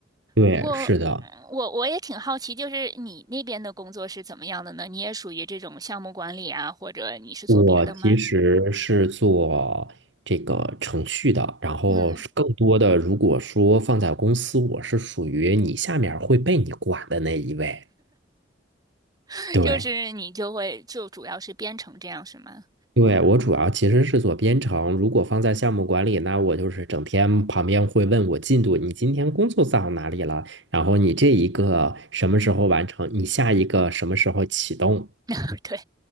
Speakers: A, on the right; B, on the right.
A: 对，
B: 不过，
A: 是的，
B: 嗯我我也挺好奇，就是你那边的工作是怎么样的呢？你也属于这种项目管理啊，或者你是做别的吗？
A: 我其实是做这个程序的，然后是更多的，
B: 嗯，
A: 如果说放在公司，我是属于你下面儿会被你管的那一位。
B: <laughs>
A: 对，
B: 就是你就会就主要是编程这样是吗？
A: 对，我主要其实是做编程，如果放在项目管理，那我就是整天旁边会问我进度，你今天工作到哪里了？然后你这一个什么时候完成？你下一个什么时候启动？
B: <laughs> 对，